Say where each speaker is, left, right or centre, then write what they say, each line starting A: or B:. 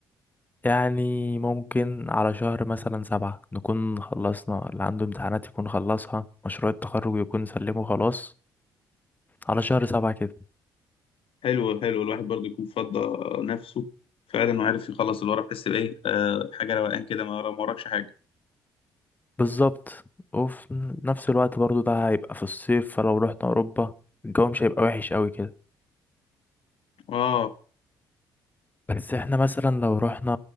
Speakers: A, on the left; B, on the left.
A: يعني ممكن على شهر مثلا سبعة نكون خلصنا اللي عنده امتحانات يكون خلصها مشروع التخرج يكون سلمه خلاص على شهر سبعة كده
B: حلو حلو الواحد برضو يكون فضى نفسه فعلا وعارف يخلص اللي وراه بحس بايه آه حاجه روقان كده ما ورا- ما وراكش حاجه
A: بالظبط وفي نفس الوقت برضو ده هيبقى في الصيف فلو رحنا أوروبا الجو مش هيبقى وحش قوي كده
B: اه
A: بس احنا مثلا لو رحنا